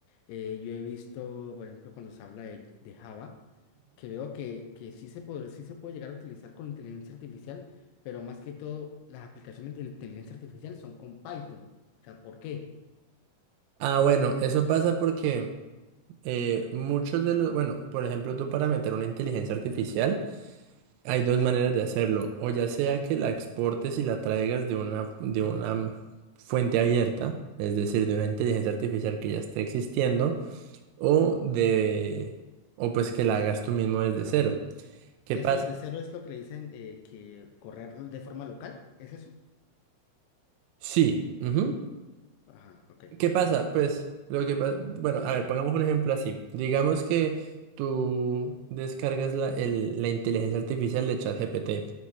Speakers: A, on the left (about 80°); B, on the right (about 85°).
A: eh, yo he visto, por ejemplo, cuando se habla de, de Java, que veo que, que sí se puede, sí se puede llegar a utilizar con inteligencia artificial, pero más que todo, las aplicaciones de inteligencia artificial son con Python. O sea, ¿por qué?
B: Ah, bueno, eso pasa porque eh, muchos de los, bueno, por ejemplo, tú para meter una inteligencia artificial, hay dos maneras de hacerlo, o ya sea que la exportes y la traigas de una, de una fuente abierta, es decir, de una inteligencia artificial que ya esté existiendo, o de, o pues que la hagas tú mismo desde cero. ¿Qué
A: Eso
B: pasa?
A: de cero es lo que le dicen eh, que correr de forma local, ¿es eso?
B: Sí. ujú,
A: Ajá, ok.
B: ¿Qué pasa? Pues, lo que pa- bueno, a ver, pongamos un ejemplo así. Digamos que tú descargas la, el- la inteligencia artificial de ChatGPT.